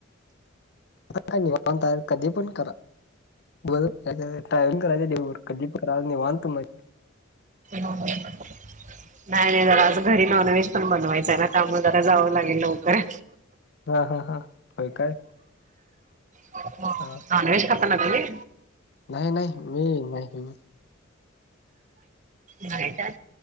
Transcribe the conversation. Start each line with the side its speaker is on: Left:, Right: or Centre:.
Left: आता का निवारण तयार कधी पण करा ब ट्रॅव्हंग करायच क मानतो मा
Right: हो नाही नाही जरा आज घरी नॉनव्हेज पण बनवायचं आहे ना त्यामुळे जरा जावं लागेल लवकर
Left: हा हा हा होय काय
Right: <unintelligible>
Left: हा
Right: नॉन वेज खाता ना तुम्ही
Left: नाही नाही मी नाही
Right: नाही काय?